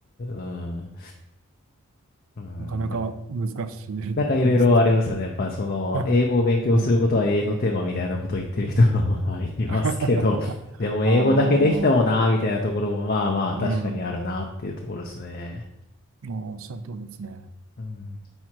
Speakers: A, on the left (about 45°); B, on the right (about 65°).
A: ん、うん、
B: なかなか難しい感じですかね。
A: やっなんかいろいろありますよね。やっぱその、
B: <laughs>
A: 英語を勉強することは永遠のテーマみたいなことを言ってる人が
B: うん。
A: <laughs> まあいますけど、
B: <laughs> ああ、
A: でも英語だけできてもなーみたいなところもまあまあ確かにあるなっていうところですね。
B: うん。もうおっしゃる通りですね。
A: うん。